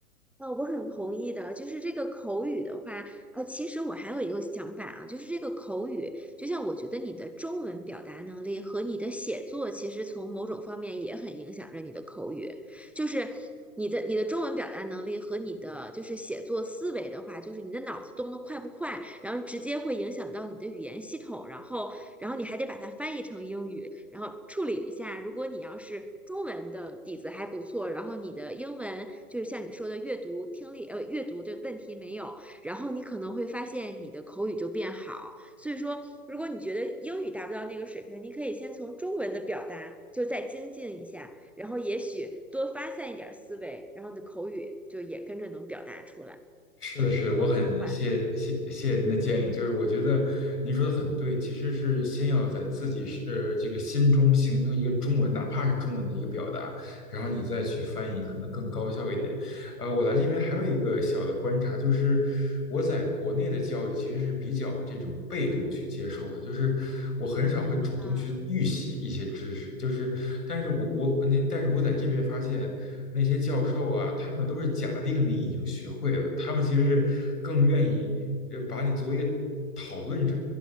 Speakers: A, in the centre; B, on the left (about 85°).
A: 呃，我很同意的，就是这个口语的话，呃，其实我还有一个想法啊，就是这个口语，就像我觉得你的中文表达能力和你的写作，其实从某种方面也很影响着你的口语，就是你的你的中文表达能力和你的就是写作思维的话，就是你的脑子动得快不快，然后直接会影响到你的语言系统，然后然后你还得把它翻译成英语，然后处理一下。如果你要是中文的底子还不错，然后你的英文就是像你说的阅读、听力，呃，阅读的问题没有，然后你可能会发现你的口语就变好。所以说，如果你觉得英语达不到那个水平，你可以先从中文的表达就再精进一下，然后也许多发散一点思维，然后你的口语就也跟着能表达出来，
B: 是的，
A: 只是需要转换。
B: 是的，我很谢谢谢谢您的建议，就是我觉得您说的很对，其实是先要在自己是呃这个心中形成一个中文，哪怕是中文的一个表达，然后你再去翻译，可能更高效一点。呃，我来这边还有一个小的观察，就是我在国内的教育其实是比较这种被动去接受的，就是我很少会主动去预习一些知识，
A: 啊
B: 就是但是我我那但是我在这边发现。那些教授啊，他们都是假定你已经学会了，他们其实是更愿意呃把你作为一个讨论者，